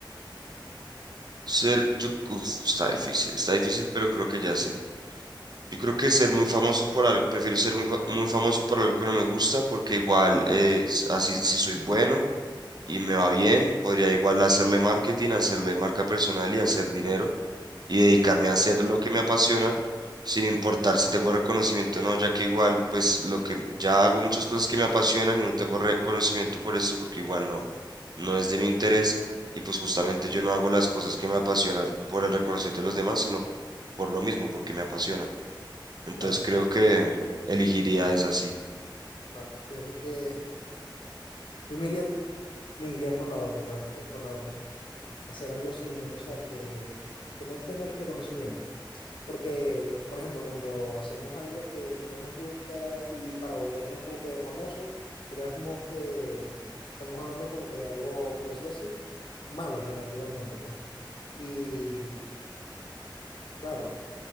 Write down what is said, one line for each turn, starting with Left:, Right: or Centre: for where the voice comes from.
Right: ser, yo, uf, está difícil, está difícil, pero creo que ya sé. Yo creo que ser muy famoso por algo, prefiero ser muy, fa- muy famoso por algo que no me gusta, porque igual, eh, s- así, si soy bueno y me va bien, podría igual hacerle marketing, hacerle marca personal y hacer dinero. y dedicarme a hacer lo que me apasiona, sin importar si tengo reconocimiento o no, ya que igual, pues lo que ya hago muchas cosas que me apasionan y no tengo reconocimiento por eso porque igual no, no es de mi interés. Y pues justamente yo no hago las cosas que me apasionan por el reconocimiento de los demás, sino por lo mismo, porque me apasionan. Entonces
Left: Claro.
Right: creo que elegiría esa sí.
Left: Claro, fíjate que yo me iría, me iría por la otra, tam- eh, por la otra. Hacer algo sin, o sea, que, que no tenga el reconocimiento. Porque, por ejemplo, cuando hacemos algo que, que no nos gusta y para volvernos como que famosos, dirías como que estamos hablando como que de algo, por decirlo así, malo relativamente, pues. Y claro,